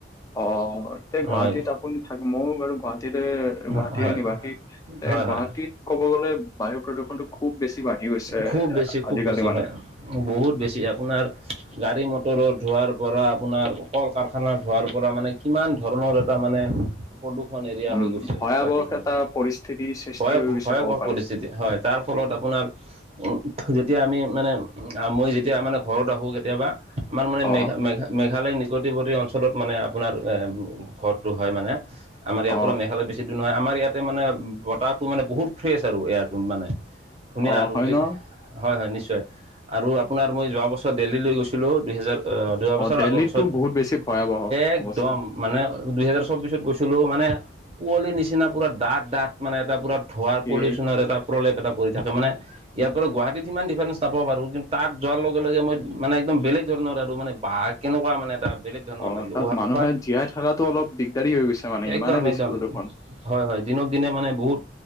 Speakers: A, on the left; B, on the right.
A: অঁ, এ গুৱাহাটীত
B: হয়
A: আপুনি থাক মইো বাৰু গুৱাহাটীতে-
B: হয়
A: গুৱাহাটীৰে
B: হয়
A: নিবাসী,
B: হয়
A: এ গুৱাহাটীত
B: হয়।
A: ক'ব গ'লে বায়ু প্ৰদূষণতটো- খুব বেছি বাঢ়ি গৈছে
B: খুব বেছি খুব
A: আজিকালি
B: বেছি
A: মানে-
B: হয় বহুত বেছি আপোনাৰ গাড়ী মটৰত ধোৱাৰ পৰা আপোনাৰ কল কাৰখানা ধোৱাৰ পৰা মানে কিমান ধৰণৰ এটা মানে প্ৰদূষণ এৰিয়া
A: উম,
B: হৈ গৈছে
A: ভয়াৱহ
B: গুৱাহাটীখন,
A: এটা পৰিস্থিতিৰ সৃষ্টি
B: ভয়
A: হৈ গৈছে
B: ভয়াৱহ
A: ক'ব পাৰে।
B: পৰিস্থিতি। হয় তাৰ ফলত আপোনাৰ উম যেতিয়া আমি মানে মই যেতিয়া মানে ঘৰত আহো কেতিয়াবা আমাৰ মানে
A: অ',
B: মেঘা মেঘা মেঘালয় নিকটৱৰ্তী অঞ্চলত মানে আপোনাৰ ঘৰটো হয় মানে। আমাৰ ইয়াৰ
A: অ',
B: পৰা মেঘালয় বেছি দূৰ নহয়, আমাৰ ইয়াতে মানে বতাহটো মানে বহুত ফ্ৰেছ আৰু এয়াৰটো মানে। ধুনীয়া
A: অ',
B: আৰু
A: হয়
B: যে
A: ন?
B: হয় হয় নিশ্চয় আৰু আপোনাৰ মই যোৱা বছৰ দেল্হী লৈ গৈছিলোঁ দুহেজাৰ অ যোৱা বছৰ
A: দেল্লীতটো
B: আগৰ বছৰত
A: বহুত বেছি ভয়াৱহ
B: একদম-
A: অৱস্থা।
B: মানে দুইহেজাৰ চৌবিশত গৈছিলো মানে কুঁৱলীৰ নিচিনা পুৰা দাঠ দাঠ মানে এটা পুৰা- ধোৱাৰ পলিউশ্যনৰ
A: এ
B: এটা প্ৰলেপ এটা পৰি থাকে মানে- ইয়াৰ পৰা গুৱাহাটীত সিমান ডিফাৰেঞ্চ নাপাব বাৰু কিন্তু তাত যোৱাৰ লগে লগে মই মানে একদম বেলেগ ধৰণৰ আৰু মানে বাঘ- কেনেকুৱা মানে এটা বেলেগ- ধৰণৰ
A: অঁ
B: লাগিছে
A: তাত মানুহে
B: উশাহ
A: জীয়াই থকাতো অলপ দিগদাৰী হৈ গৈছে মানে ইমানেই
B: একদম
A: বেছি
B: একদম
A: প্ৰদূষণ।
B: হয় হয় দিনক দিনে মানে বহুত